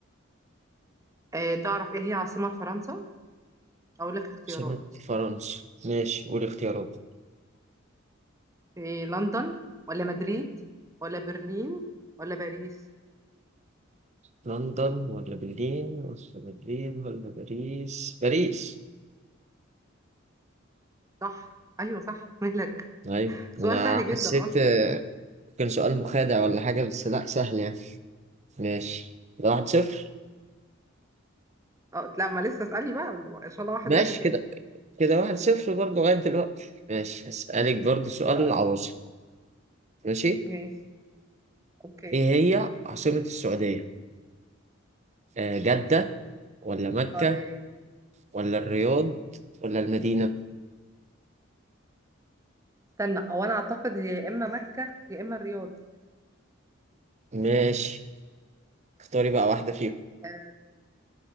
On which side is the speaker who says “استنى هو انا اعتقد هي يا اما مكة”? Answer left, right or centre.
Right